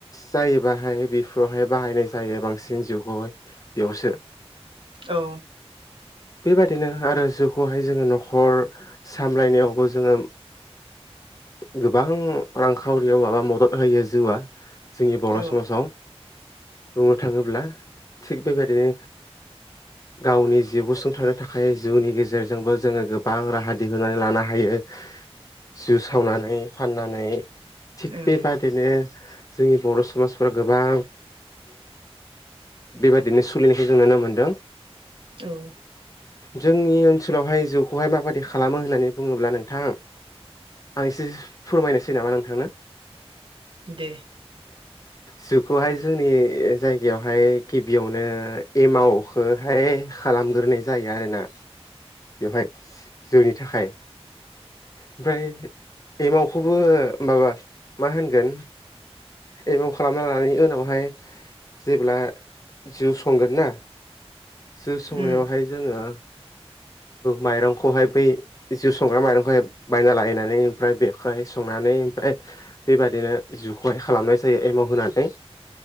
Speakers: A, on the left; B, on the right.
A: जायोबाहाय बेफोरावहाय बाहायनाय जायो बांसिन जुगाव बेयावसो
B: औ
A: बेबायाददिनो आरो जौखौहाय जोङो न'खर सामलायनायावबो जोङो गोबां रांखावरियाव माबा मदद होयो जिउआ जोंनि बर'
B: औ
A: समाजाव बुंनो थाङोब्ला थिग बेबायदिनो गावनि जिउ गसुंथानो थाखाय जिउनि गेजेराव जोंबो जोङो गोबां राहा दिहुननानै लानो हायो जिउ सावनानै फाननानै थिग
B: उम
A: बेबादिनो जोंनि बर' समाजफोरा गोबां बेबायदिनो सोलिनायखौ जों नुनो मोन्दों
B: औ
A: जोंनि ओनसोलावहाय जौ खौहाय माबादि खालामो होननानै बुङोब्ला नोंथां आं एसे फोरमायनोसै नामा नोंथांनो
B: दे
A: जौ खौहाय जोंनि जायगायावहाय गिबियावनो एमावखौहाय खालामग्रोनाय जायो आरोना बेवहाय जौनि थाखाय ओमफ्राय एमावखौबो माबा मा होनगोन एमाव खालामना लानायनि उनावहाय जेब्ला जौ संगोन ना जौ संनायावहाय
B: उम
A: जोङो माइरंखौहाय बै जौ संग्रा माइंखौ बायना लायनानै <unintelligible> बेबाददिनो जुखौहाय खालामनाय जायो एमाव होनानै